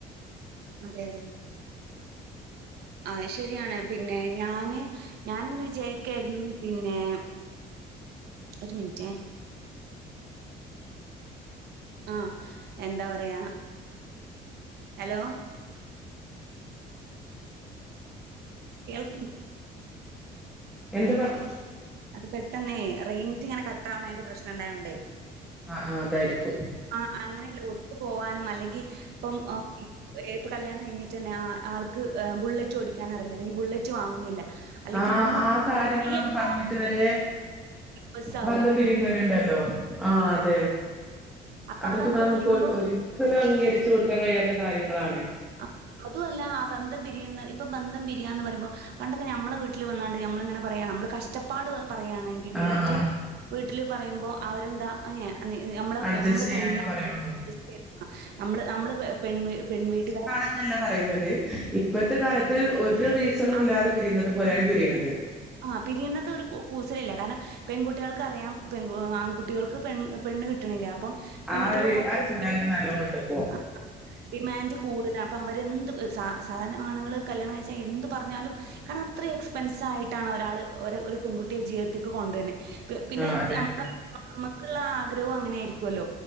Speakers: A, on the right; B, in the centre.
A: അതെ അതെ അയ് ശരിയാണ് പിന്നെ ഞാന് ഞാനിങ്ങനെ വിചാരിക്കേരുന്നു പിന്നെ ഒരു മിൻറ്റേ ആഹ് എന്താ പറയാ ഹലോ കേൾക്ക്
B: എന്ത പർ
A: അത് പെട്ടെന്നേ റേയ്ഞ്ചിങ്ങനെ കട്ടാവണേന്റ പ്രശ്നം ഇണ്ടായോണ്ടേ
B: ആഹ് ആഹ് അതായിരിക്കും
A: ആഹ് അങ്ങനെയല്ല ഒത്തു പോവാനും അല്ലെങ്കി ഇപ്പം ഏ പ്പ് കല്യാണം കഴിഞ്ഞി റ്റന്നെ ആ ആൾക്ക് ബുള്ളറ്റ് ഓടിക്കാൻ അറില്ല അല്ലെങ്കിൽ ബുള്ളറ്റ് വാങ്ങുന്നില്ല അല്ലെങ്കിൽ
B: ആഹ്
A: അങ്ങനെ എന്തെങ്കിലും
B: ആഹ് കാര്യങ്ങളൊക്ക
A: ചെറിയ കാറിന്റെ
B: പറഞ്ഞിട്ട് ഇവര്
A: ബസ്സാവുക
B: ബന്ധം പിരിയുന്നവ ര്ണ്ടല്ലോ ആഹ് അതെ
A: അപ്പൊ
B: അതൊക്ക
A: ആ ബന്ധം
B: ഇപ്പൊ നമുക്ക്
A: പിരിയുമ്പോ
B: ഒഴു ഒര് ക്കലും അംഗീകരിച്ചു കൊടുക്കാൻ കഴിയാത്ത കാര്യങ്ങളാണ്
A: അ ഹ് അതു അല്ല ആഹ് ബന്ധം പിരിയുന്ന ഇപ്പം ബന്ധം പിരിയാന്ന് പറയുമ്പോ പണ്ടൊക്കെ ഞമ്മളെ വീട്ട്ല് വന്നാണ്ട് ഞമ്മളിങ്ങനെ പറയാം ഞമ്മള് കഷ് റ്റപ്പാട് പറയാണെങ്കി കൂടിറ്റ്
B: ആഹ് ആഹ്
A: വീട്ടില് പറയുമ്പോ അവരെന്താ ഏ നീ നീ ഞമ്മള്
B: അഡ്ജസ്റ്റ്
A: മ്മള്
B: ചെയ്യാനേ
A: പെണ്ണാണ്
B: പറയുള്ളൂ
A: അഡ്ജസ്റ്റ് ചെയ്യണം നമ്മള് ണമ്മള് പെൺ പെൺവീട്ട്ക്കാര
B: ന്നല്ല പറയുന്നത് ഇപ്പഴത്തെ കാലത്ത് ഒരു റീസണും
A: അങ്
B: ഇല്ലാതെ പിരിയുന്നത് പോലെയാണ് പിരീണത്
A: ആഹ് പിരീണത് ഒരു കു കൂസലില്ല കാരണം പെൺകുട്ടികൾക്ക് അറിയാം പെൺകു ആൺകുട്ടികൾക്ക് പെണ് പെണ്ണ് കിട്ടണില്ല അപ്പം പെൺകുട്ടികൾക്ക്
B: ആ ഒരു
A: അത്രേം
B: ആ ഒരു ചിന്താഗതി
A: ഡിമാന്റ്
B: നല്ലോണ്ട് ഇപ്പോ
A: ആഹ് ആഹ് ഡിമാൻഡ് കൂടുലാ അപ്പോ അവരെന്ത് സാ സാധാരണ ആണ്ങ്ങള് കല്യാണം കഴിച്ചാൽ എന്ത് പറഞ്ഞാലും കാരണം അത്രിം എക്സ്പെൻസായിട്ടാണ് ഒരാള് ഒര് ഒരു പെങ്കുട്ടിയെ ജീവ്തത്ത്ക്ക് കൊണ്ട് വെര്ന് പ് പിന്നെ
B: ആഹ് അതെ
A: ഞ അമ്മ് <unintelligible> ഞമ്മക്ക്ള്ളെ ആ ആഗ്രവും അങ്ങനെ ആയിരിക്കൊല്ലോ